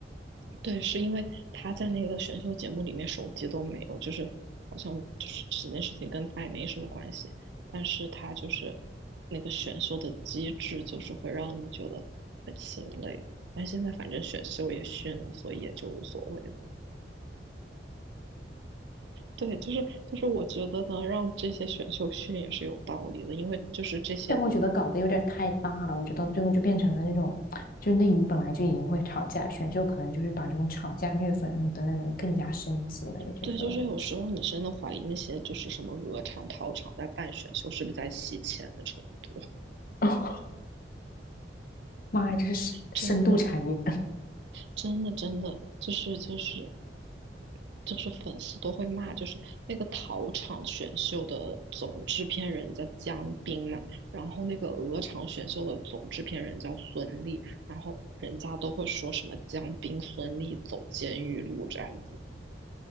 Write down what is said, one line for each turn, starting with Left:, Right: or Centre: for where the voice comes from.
Right: 对，是因为他在那个选秀节目里面手机都没有，就是好像就是这件事情跟他也没什么关系，但是他就是那个选秀的机制，就是会让你觉得很心累。但现在反正选秀也训了，所以也就无所谓了。对，就是就是我觉得呢，让这些选秀训也是有道理的，因为就是这些，
Left: 但我觉得搞得有点太大了，我觉得到最后就变成了那种，就内娱本来就已经会吵架，选秀可能就是把这种吵架、虐粉然后等等等更加升级了。有些时候你会觉
Right: 对，就是有时候你真的怀疑那些就是什么鹅厂、桃厂在办选秀是不是在洗钱的程度，
Left: 得 <laughs>，哦，妈呀，这是深深度产业，
Right: 真的。真的真的就是就是就是粉丝都会骂，就是那个桃场选秀的总制片人叫姜斌嘛，然后那个鹅厂选秀的总制片人叫孙俪，然后人家都会说什么姜斌、孙俪走监狱路这样子，